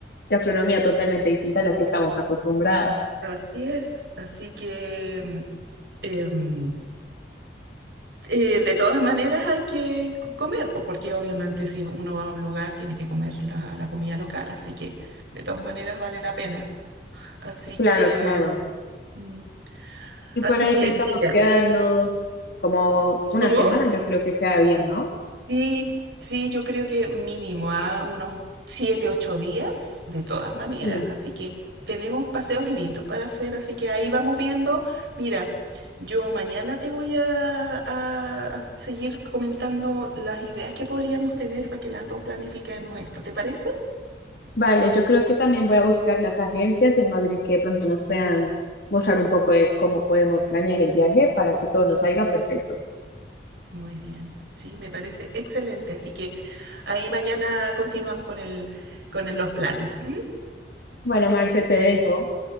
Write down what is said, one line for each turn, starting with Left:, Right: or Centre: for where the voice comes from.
Left: gastronomía totalmente distinta a la que estamos acostumbradas.
Right: así es, así que mm, em, eh, de todas maneras hay que c- comer, pues, porque obviamente si uno va a un lugar tiene que comer la, la comida local, así que de todas maneras vale la pena. Así
Left: Claro,
Right: que,
Left: claro.
Right: mm,
Left: Y
Right: así
Left: por ahí
Right: que,
Left: pensamos
Right: mira,
Left: quedarnos como una
Right: ¿cómo?
Left: semana, yo creo que queda bien, ¿no?
Right: Sí, sí, yo creo que mínimo a unos siete, ocho días, de todas maneras.
Left: Sí.
Right: Así que tenemos paseos lindos para hacer, así que ahí vamos viendo. Mira, yo mañana te voy a, a- a seguir comentando las ideas que podríamos tener para que las dos planifiquemos esto. ¿Te parece?
Left: Vale, yo creo que también voy a buscar las agencias en Madrid que de pronto nos puedan mostrar un poco de cómo podemos planear el viaje para que todo nos salga perfecto.
Right: Muy bien, sí, me parece excelente. Así que ahí mañana continuamos con el, con el- los planes. ¿m?
Left: Bueno, Marce, te dejo.